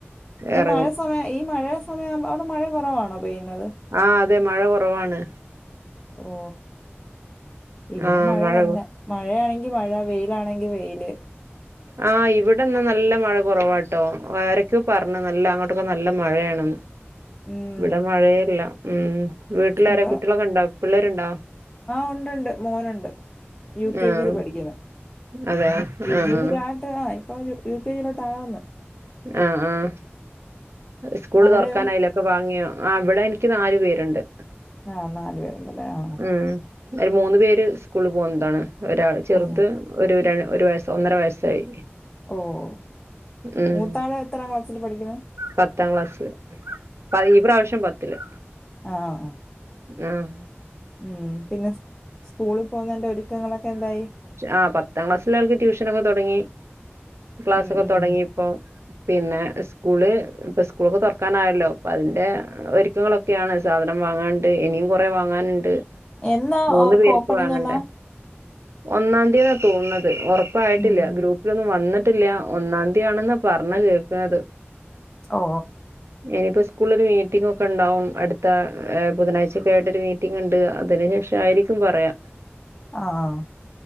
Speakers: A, on the left; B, on the right.
A: ഈ
B: എറങ്ങും
A: മഴ സമയ ഈ മഴ സമയ അവിടെ മഴ കുറവാണോ പെയ്യുന്നത്
B: ആഹ് അതെ മഴ കുറവാണ്
A: ഓ ഇവിടെ
B: ആഹ് മഴ
A: തന്നെ മഴയാണെങ്കി മഴ വെയിലാണെങ്കി വെയിയില്
B: ആഹ് ഇവിടെന്നാ നല്ല മഴ കുറവാട്ടോ ആരൊക്കെയ പറഞ്ഞ നല്ല അങ്ങോട്ടൊക്കെ നല്ല മഴയാന്ന്
A: ഉം
B: ഇവിടെ മഴയല്ല ഉം വീട്ടിലറെ
A: അ
B: കുട്ടികളൊക്കെ ഉണ്ടാ പിള്ളേരുണ്ടോ
A: ആഹ് ഉണ്ടുണ്ട് മോനുണ്ട് യു കെ
B: ആഹ്
A: ജിൽ പഠിക്കുന്ന
B: അതെ ആഹ്
A: യു
B: ആഹ്
A: കെ ജിയില- ട്ട് ആ ഇപ്പൊ യു കെ ജയിലോട്ട് ആകന്നു
B: ആഹ് ആഹ് സ്കൂള്
A: അവിടെയോ
B: തുറക്കാനായില്ല ഒക്കെ വാങ്ങിയോ ആ ഇവിടെ എനിക്ക് നാല് പേരുണ്ട്
A: ആഹ് നാല് പേരുണ്ടല്ലേ ആഹ്
B: ഉം ഒരു മൂന്ന് പേര് സ്കൂളിൽ പോകുന്നതാണ് ഒരാൾ ചെറുത്
A: ആ
B: ഒരു ഒരു വയസ്സ് ഒന്നര വയസ്സായി
A: ഓഹ്
B: ഉം
A: മൂത്താള് എത്രാണ് ക്ലാസ്സിൽ പഠിക്കണ്
B: പത്താം ക്ലാസ്സില് ഈ പ്രാവശ്യം പത്തില്ല്
A: ആഹ് ആഹ്
B: ആഹ്
A: ഉം പിന്നെ സ്കൂളിൽ പോകുന്നെ ഒരുക്കങ്ങളൊക്കെ എന്തായി
B: ആഹ് പത്താം ക്ലാസ്സില ആൾക്ക് ട്യൂഷനൊക്കെ തുടങ്ങി ക്ലാസ്ക്കെ
A: ഉം ഉം
B: തുടങ്ങി ഇപ്പോ പിന്നെ സ്കൂള് ഇപ്പ സ്കൂളൊക്കെ തുറക്കാൻ ആയല്ലോ അപ്പ അതിന്റെ ഒരുക്കങ്ങളൊക്കെ ഒക്കെയാണ് സാധനം വാങ്ങാണ്ട് ഇനിയും കുറെ വാങ്ങാണ്ട്
A: എന്നാ
B: മൂന്ന്
A: അവർക്ക്
B: പേര്ക്
A: ഓപ്പണിങ്
B: വാങ്ങണ്ടേ
A: എന്നാ
B: ഒന്നാം തിയ്യതി തോന്നുന്നത് ഉറപ്പായിട്ടില്ല
A: ഉം
B: ഗ്രൂപ്പ് ലൊന്നും വന്നിട്ടില്ല ഒന്നാം തീയതിയാണെന്നാ പറഞ്ഞ കേൾക്കുന്നത്
A: ഓ ഓ
B: ഇനിയിപ്പോ സ്കൂളില് മീറ്റിംങ്ങ് ഒക്കെ ഉണ്ടാവും അടുത്താ ബുധനാഴ്ചൊക്കെ ആയിട്ട് ഒരു മീറ്റിംങ്ങ് ഉണ്ട് അതിന് ശേഷ ആയിരി - <inaudible> പറയാം
A: ആഹ്